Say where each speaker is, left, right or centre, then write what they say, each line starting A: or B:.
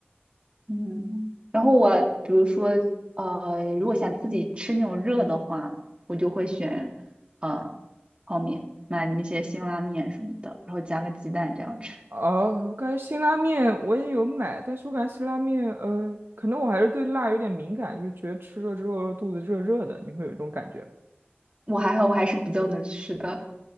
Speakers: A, on the right (about 30°); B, on the right (about 65°).
A: 嗯，然后我比如说呃，如果想自己吃那种热的话，我就会选呃泡面，买那些辛拉面什么的，然后加个鸡蛋这样吃。
B: 哦，我感觉辛拉面我也有买，但是我感觉辛拉面，呃，可能我还是对辣有点敏感，就觉得吃了之后肚子热热的，你会有这种感觉吗？
A: 我还好，我还是比较能吃的。